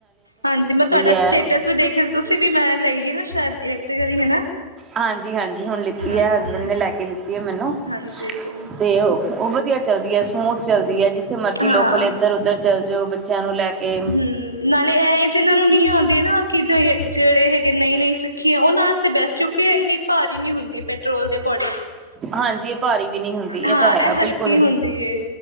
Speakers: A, on the right (about 85°); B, on the right (about 25°).
A: ਹਾਂਜੀ ਮੈਂ ਤੁਹਾਡਾ
B: ਹੈ
A: ਸਟੇਟਸ ਵੀ ਦੇਖ ਆ ਤੁਸੀਂ ਵੀ ਮੈਂ ਲਈਏ ਨਾ ਸ਼ਾਇਦ ਇਲੈਕਟ੍ਰੀਕਲ ਹੀ ਹੈ ਨਾ
B: ਹਾਂਜੀ ਹਾਂਜੀ ਹੁਣ ਲਿੱਤੀ
A: ਹਾਂ
B: ਹੈ, ਹਸਬੈਂਡ ਨੇ ਲੈ ਕੇ ਦਿੱਤੀ ਹੈ ਮੈ ਹੈ ਨਾ
A: ਹਾਂਜੀ ਚਲੋ
B: ਤੇ, ਵਧੀਆ ਚੱਲਦੀ ਹੈ ਸਮੂਥ ਚੱਲਦੀ ਹੈ ਜਿੱਥੇ ਮਰਜ਼ੀ
A: ਹਾਂ
B: ਲੋਕਲ ਇੱਧਰ ਉੱਧਰ ਚੱਲ ਜਾਓ ਬੱਚਿਆਂ ਨੂੰ ਲੈ ਕੇ
A: ਹੂੰ ਨਾਲੇ ਐ ਜਿਹਨਾਂ ਨੂੰ ਨਹੀਂ ਆਉਂਦੀ ਨਾ ਕਿ ਜ ਜਿਹੜੇ ਹੈਗੇ ਨੇ ਨਈ ਨਈ ਸਿੱਖੀ ਉਹਨਾ ਵਾਸਤੇ ਬੈਸਟ ਕਿਉਂਕਿ ਹੈ, ਇਨੀ ਭਾਰੀ ਹੀ ਨੀ ਹੁੰਦੀ। ਪੈਟਰੋਲ ਦੇ ਅਕੋਰਡਿੰਗ
B: ਹਾਂਜੀ ਇਹ ਭਾਰੀ ਵੀ ਨੀ ਹੁੰਦੀ। ਇਹ
A: ਹਾਂ
B: ਤਾਂ ਹੈਗਾ
A: ਹਲਕੀ
B: ਬਿਲਕੁਲ
A: ਹੁੰਦੀ ਏ